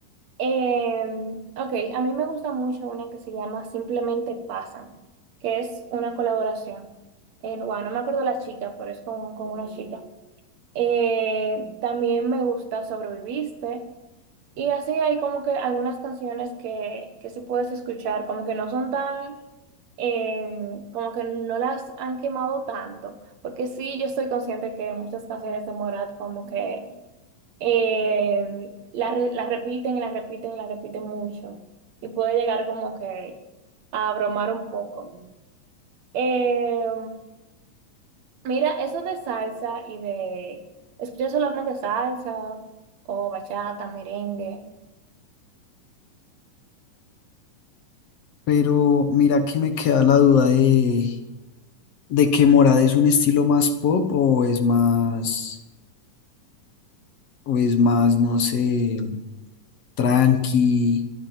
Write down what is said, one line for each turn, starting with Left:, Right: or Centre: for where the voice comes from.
Right: Eh, ok, a mí me gusta mucho una que se llama Simplemente Pasan, que es una colaboración. Eh, bueno, no me acuerdo la chica, pero es con, con una chica. Eh, también me gusta Sobreviviste. Y así hay como que algunas canciones que, que sí puedes escuchar, como que no son tan, eh, como que no las han quemado tanto. Porque sí, yo estoy consciente que muchas canciones de Morat como que eh, la, re- la repiten y la repiten y la repiten mucho. Y puede llegar como que a bromar un poco. Eh, mira, eso de salsa y de escuchar solamente salsa o bachata, merengue,
Left: Pero mira que me queda la duda de, de que Morad es un estilo más pop o es más, o es más, no sé, tranqui,